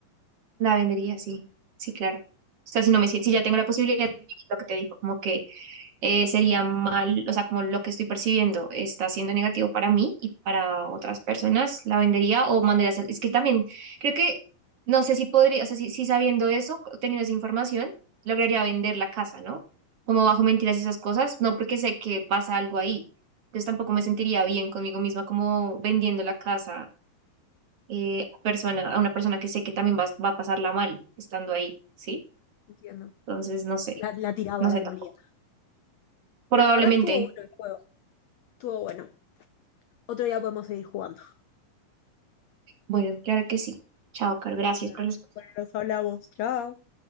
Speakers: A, on the right; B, on the left.
A: La vendería, sí, sí, claro. O sea, si no me siento,
B: Ok,
A: si ya tengo la posibilidad de vivir lo que te digo, como que eh, sería mal, o sea, como lo que estoy percibiendo está siendo negativo para mí y para otras personas, la vendería o mandaría a hacer. Es que también creo que, no sé si podría, o sea, si, si sabiendo eso, teniendo esa información, lograría vender la casa, ¿no? Como bajo mentiras y esas cosas, no porque sé que pasa algo ahí. Entonces tampoco me sentiría bien conmigo misma como vendiendo la casa eh, a persona, a una persona que sé que también va, va a pasarla mal estando ahí, ¿sí?
B: entiendo.
A: Entonces, no sé,
B: La, la tiraba,
A: no
B: la
A: sé
B: demolía.
A: tampoco. Probablemente,
B: Bueno, la verdad que estuvo bueno el juego. Estuvo bueno. Otro día podemos seguir jugando.
A: bueno, claro que sí. Chao, Carl, gracias
B: Dale.
A: por los
B: Bueno, nos hablamos. Chao.